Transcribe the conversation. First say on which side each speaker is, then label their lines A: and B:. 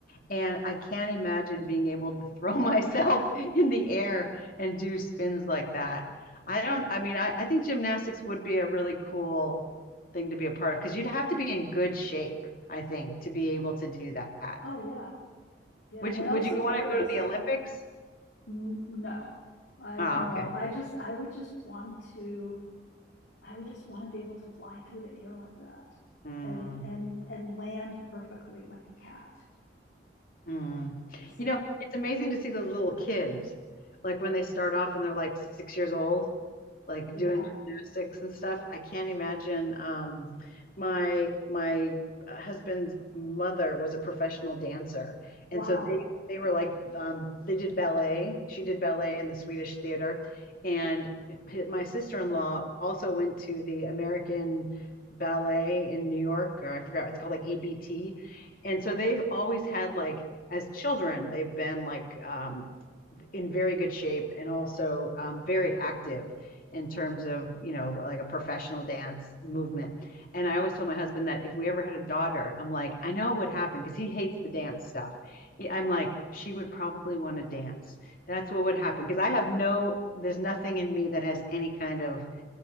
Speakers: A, on the left; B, on the left.
A: And I can't imagine being able to <laughs> throw myself in the air and do spins like that. I don't, I mean, I, I think gymnastics would be a really cool thing to be a part of because you'd have to be in good shape, I think, to be able to do that.
B: Oh yeah, yeah,
A: Would
B: and
A: you would
B: also
A: you want
B: fearless.
A: to go to the Olympics?
B: N- No, I
A: Oh,
B: no,
A: okay.
B: I just I would just want to I would just want to be able to fly through the air like that
A: Mm,
B: and and and land perfectly like a cat.
A: mm.
B: So
A: You know, it's amazing to see the little kids, like when they start off and they're like six years old like
B: yeah,
A: doing gymnastics and stuff. I can't imagine. Um, my my husband's mother was a professional dancer,
B: wow.
A: and so they they were like um, they did ballet. She did ballet in the Swedish theater, and my sister in law also went to the American ballet in New York, or I forgot it's called like ABT, and so they've always had like as children they've been like um, in very good shape and also um, very active in terms of you know like a professional dance movement and i always told my husband that if we ever had a daughter i'm like i know it would happen because he hates the dance stuff i'm like she would probably want to dance that's what would happen because i have no there's nothing in me that has any kind of